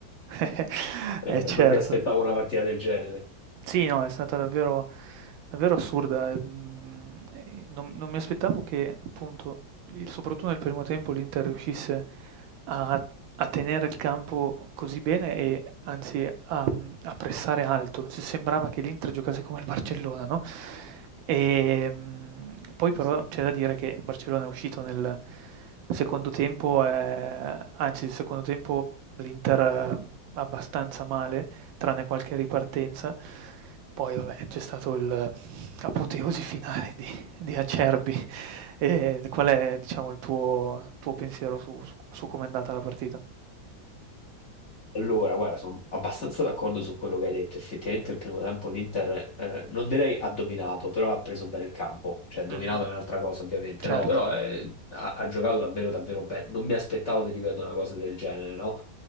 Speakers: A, on the right; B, on the left.
A: <laughs>
B: <laughs> eh,
A: Eh certo.
B: non mi aspettavo una partita del genere.
A: Sì, no, è stata davvero davvero assurda, mhmm, ehm, non non mi aspettavo che appunto, il soprattutto nel primo tempo l'Inter riuscisse a a tenere il campo così bene e anzi a mhmm, a pressare alto. Se sembrava che l'Inter giocasse come il Barcellona, no, ehm, poi però
B: Sì.
A: c'è da dire che il Barcellona è uscito nel secondo tempo, ehm, anzi il secondo tempo l'Inter eh, abbastanza male tranne qualche ripartenza. Poi vabbè, c'è stato il apoteosi finale di, di Acerbi. E qual è, diciamo, il tuo, tuo pensiero su, su, su com'è andata la partita?
B: Allora, guarda, sono abbastanza d'accordo su quello che hai detto. Effettivamente il primo tempo l'Inter, eh, non direi ha dominato, però ha preso bene il campo. Cioè, dominato
A: Mh-mh.
B: è un'altra cosa, ovviamente,
A: Certo,
B: no, però eh, ha, ha giocato davvero, davvero bene. Non mi aspettavo, ti ripeto, una cosa del genere, no?